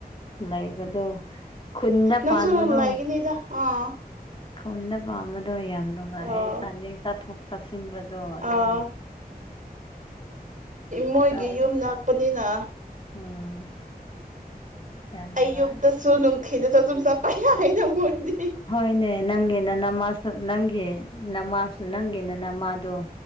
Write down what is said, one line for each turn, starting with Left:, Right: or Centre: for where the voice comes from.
Left: ꯂꯩꯕꯗꯣ ꯈꯨꯟꯅ
Right: ꯅꯪꯁꯨ
Left: ꯄꯥꯟꯕꯗꯣ
Right: ꯂꯩꯒꯅꯤꯗ ꯑꯥ
Left: ꯈꯨꯟꯗ ꯄꯥꯟꯕꯗꯣ ꯑꯗꯣ ꯌꯥꯝ ꯅꯨꯡꯉꯥꯏꯌꯦ
Right: ꯑꯥ
Left: ꯆꯥꯅꯤꯡ ꯆꯠꯊꯣꯛ ꯆꯠꯁꯤꯟꯕꯗꯣ ꯑꯗꯨꯝ
Right: ꯑꯥ ꯃꯣꯏꯒꯤ
Left: ꯇꯧ
Right: ꯌꯨꯝ ꯉꯛꯄꯅꯤꯅ
Left: ꯎꯝ ꯌꯥꯝ ꯅꯨꯡꯉꯥꯏ
Right: ꯑꯌꯨꯛꯇꯁꯨ ꯅꯨꯡꯊꯤꯅꯁꯨ ꯑꯗꯨꯨꯝ ꯆꯠꯄ ꯌꯥ ꯍꯥꯏꯅ ꯃꯣꯏꯁꯤꯗꯤ
Left: ꯍꯣꯏꯅꯦ ꯅꯪꯒꯤꯅ ꯅꯃꯥꯁꯨ ꯅꯪꯒꯤ ꯅꯃꯥꯁꯨ ꯅꯪꯒꯤꯅ ꯅꯃꯥꯗꯣ